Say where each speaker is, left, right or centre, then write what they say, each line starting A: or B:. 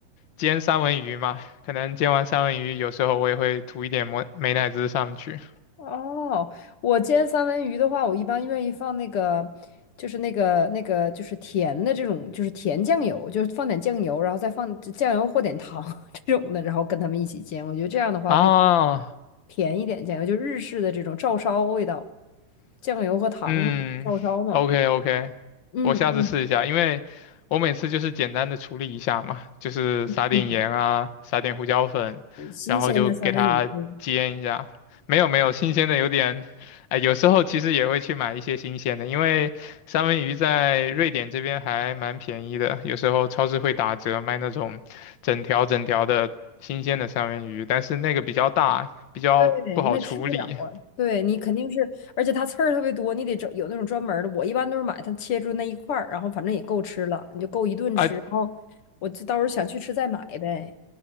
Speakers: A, on the left; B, on the left.
A: 煎三文鱼嘛，可能煎完三文鱼，有时候我也会涂一点摩美乃滋上去
B: 哦，我煎三文鱼的话，我一般愿意放那个，就是那个那个就是甜的这种，就是甜酱油，就是放点酱油，然后再放酱油或点糖 <laughs> 这种的，然后跟他们一起煎。我觉得这样的话，
A: 啊，
B: 味道
A: 哦
B: 甜一点，酱油就日式的这种照烧味道，酱油和糖嘛，
A: 嗯，OK
B: 照烧嘛。
A: OK，
B: 嗯，
A: 我下次试一下，因为我每次就是简单的处理一下嘛，就是撒点盐啊，
B: 嗯，
A: 撒点胡椒粉，
B: 新鲜的三文鱼。
A: 然后就给它煎一下。没有没有，新鲜的有点，哎，有时候其实也会去买一些新鲜的，因为三文鱼在瑞典这边还蛮便宜的，有时候超市会打折卖那种整条整条的新鲜的三文鱼，但是那个比较大，比较不好处理。
B: 对，那吃不了啊。对你肯定是，而且它刺儿特别多，你得找有那种专门儿的。我一般都是买它切出那一块儿，然后反正也够吃了，你就够一顿吃。
A: 啊，
B: 然后我就到时候想去吃再买呗。